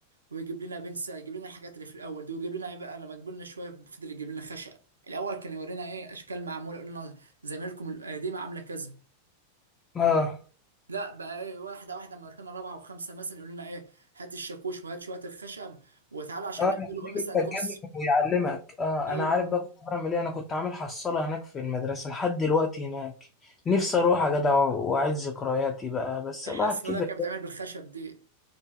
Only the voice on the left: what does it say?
اه
اه
يخليك
انت تجيب
ويعلمك اه
انا عارف بقى كنت بعمل ايه انا كنت عامل حصالة هناك في المدرسة لحد دلوقتي هناك نفسي اروح يا جدع واعيد ذكرياتي بقى بس
الواحد كده